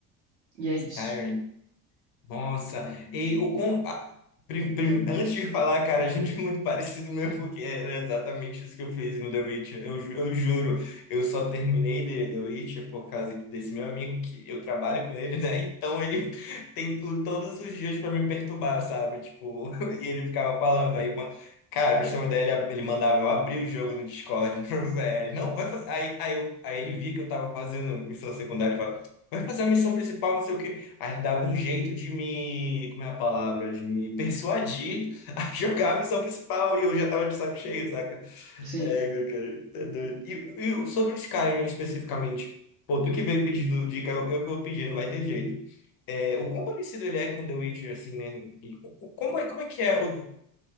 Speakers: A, on the right (about 80°); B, on the left (about 45°).
A: E é
B: Skyrim.
A: isso.
B: Nossa, e o com... a- prim- prim- antes de falar, cara, a gente é muito parecido mesmo, porque era exatamente isso que eu fiz no The Witch. Eu, ju- eu juro, eu só terminei The, The Witch por causa desse meu amigo, que eu trabalho com ele, <laughs> né? Então ele tem o- todos os dias pra me perturbar, sabe? Tipo, <laughs> e ele ficava falando aí uma. Cara, pra você ter uma ideia, ele, ele mandava eu abrir o jogo no Discord. <laughs> Aí ele, não, vai fazer. Aí, aí, eu- aí ele via que eu tava fazendo missão secundária e falava, vai fazer a missão principal, não sei o quê. Aí ele dava um jeito de me, como é a palavra, de me persuadir <laughs> a jogar a missão principal e eu já tava de saco cheio, saca?
A: Sim.
B: É, meu cara, tá doido. E, e sobre os Skyrim especificamente, pô, tu que veio pedindo dica, eu, eu que vou pedir, não vai ter jeito. É, o quão parecido ele é com The Witcher, assim, né? E co- como é, como é que é? Eu,